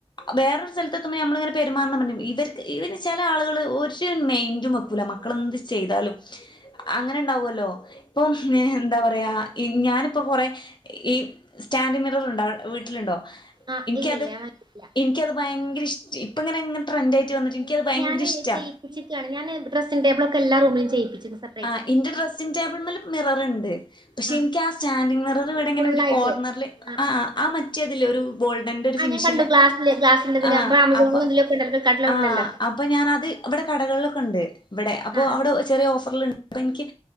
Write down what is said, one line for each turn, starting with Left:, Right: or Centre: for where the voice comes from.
Left: വേറൊരു സ്ഥലത്തെത്തുമ്പോൾ നമ്മളിങ്ങനെ പെരുമാറണം ഇവർ. ഇവർ ചെല ആളുകൾ ഒരു മൈന്റും വെക്കൂല മക്കളെന്ത് ചെയ്താലും. അങ്ങനെ ഉണ്ടാവുല്ലോ ഇപ്പം എന്താ പറയാ ഞാനിപ്പം കൊറേ. ഈ സ്റ്റാന്റ് മിറർ ഉണ്ടോ വീട്ടിലുണ്ടോ.
Right: ആഹ്
Left: എനിക്കത്
Right: ഇല്ല ഇല്ല ഞാൻ വാങ്ങിക്കില്ല
Left: എനിക്കത് ഭയങ്കര ഇഷ്ടം ഇപ്പ ഇങ്ങനെങ്ങനെ ട്രെന്റ് ആയിട്ട് വന്നിട്ട്. എനിക്കത് ഭയങ്കര
Right: ഞാന്
Left: ഇഷ്ടാ
Right: ചെയിപ്പിച്ചിക്കാണ് ഞാന് ഡ്രസ്സിംഗ് ടേബിൾ ഒക്കെ എല്ലാ റൂിലും ചെയ്യിപ്പിച്ചിക് സർ
Left: ആ ഇന്റെ ഡ്രസ്സിംഗ ടേബിൾ മേല് മിറർണ്ട്. പക്ഷെ
Right: ആഹ്
Left: എനിക്ക് ആ സ്റ്റാൻഡിങ്ങ് മിറർ വടെ ഇങ്ങനെ
Right: ഫുള്ളായിട്ട്
Left: ഒരു കോർണറില്
Right: ആഹ്
Left: ആ
Right: ആഹ്
Left: ആ മറ്റേതില്ലേ ഒരു. ഗോൾഡന്റെ ഒരു
Right: ആഹ്
Left: ഫിനിഷ്ല്ലേ
Right: ഞാൻ കണ്ടു ഗ്ലാസില് ഗ്ലാസിന്റെതില്
Left: ആ
Right: അമസോണിലും
Left: അപ്പൊ
Right: ഇതിലൊക്കെ ഉണ്ടല്ലോ ഫ്ലിപ്കാർട്ടിലൊക്കെ
Left: ആ.
Right: ഉണ്ടല്ലോ
Left: അപ്പോൾ ഞാന അത് ഇവിടെ കടകളിലൊക്കെ ഉണ്ട് ഇവിടെ അപ്പോൾ
Right: ആഹ് ആഹ്
Left: അവിടെ ചെറിയ ഓഫറിലു അപ്പോൾ എനിക്ക്